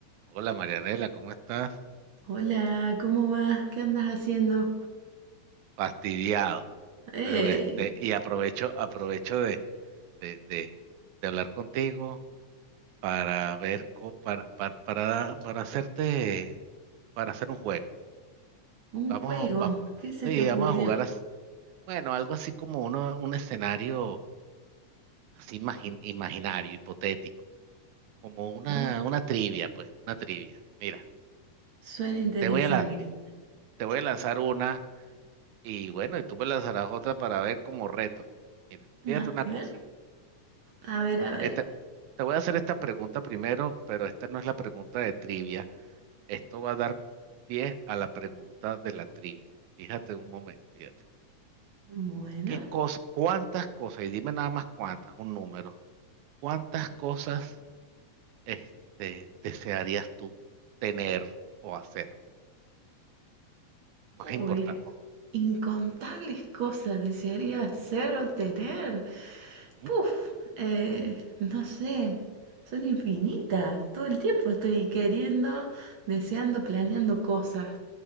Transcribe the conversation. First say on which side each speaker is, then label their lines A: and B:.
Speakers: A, on the right (about 80°); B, on the right (about 50°).
A: Hola Marianela, ¿cómo estás?
B: Hola, ¿cómo vas? ¿Qué andas haciendo?
A: Fastidiado.
B: ¡Ey!
A: Entonces, Este, y aprovecho, aprovecho de, de, de- de hablar contigo para ver, co- para, para, para, para hacerte, para hacer un juego.
B: Un
A: Vamos,
B: juego.
A: vamos,
B: ¿Qué se
A: sí,
B: te ocurrió?
A: vamos a jugar, as- bueno, algo así como uno, un escenario así imagin- imaginario, hipotético, como una,
B: Ah,
A: una trivia, pues, una trivia. Mira,
B: Suena interesante.
A: te voy a la, te voy a lanzar una. Y bueno, y tú me lanzarás otra para ver como reto. Mira, fíjate
B: A
A: una
B: ver,
A: cosa.
B: a ver, a ver.
A: Este- te voy a hacer esta pregunta primero, pero esta no es la pregunta de trivia. Esto va a dar pie a la pregunta de la trivia. Fíjate un momento, fíjate.
B: Bueno.
A: ¿Qué cosa, cuántas cosas, y dime nada más cuántas, un número, cuántas cosas este, desearías tú tener o hacer? Más importante.
B: Uy, incontables cosas desearía hacer o tener.
A: Ujú.
B: Puf, eh, no sé. Son infinitas. Todo el tiempo estoy queriendo, deseando, planeando cosas.